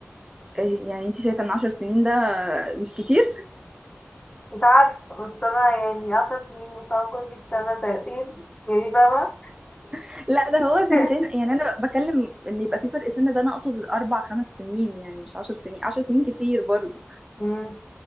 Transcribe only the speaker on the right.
إيه، يعني انت شايفه ان عشر سنين ده مش كتير
<laughs> لا ده هو سنتين
يعني انا بكلم ان يبقى في فرق سن ده انا اقصد اربع خمس سنين يعني مش عشر سنين عشر سنين كتير برضو